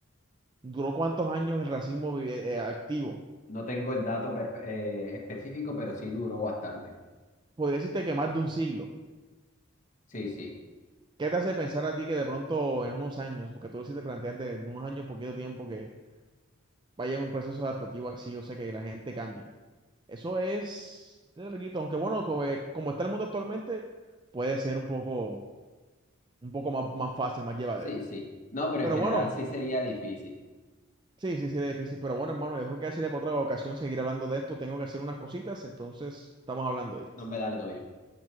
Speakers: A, on the right; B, on the left.
A: ¿duró cuántos años el racismo vi- eh, activo?
B: No tengo el dato perfe- eh, específico, pero sí duró bastante.
A: podría decirte que más de un siglo.
B: Sí, sí,
A: ¿Qué te hace pensar a ti que de pronto en unos años, porque tú lo hiciste plantear de en unos años, poquito tiempo, que vaya un proceso adaptativo así, o sea, que la gente cambie? Eso es larguito, aunque bueno, como, eh, como está el mundo actualmente, puede ser un poco, un poco más, más fácil, más llevadero.
B: sí, sí. No, pero
A: Pero
B: en general
A: bueno,
B: sí sería difícil.
A: sí, sí, sí, es difícil. Pero bueno, hermano, yo creo que así para otra ocasión seguir hablando de esto. Tengo que hacer unas cositas, entonces estamos hablando, de esto.
B: No, me dale todo bien.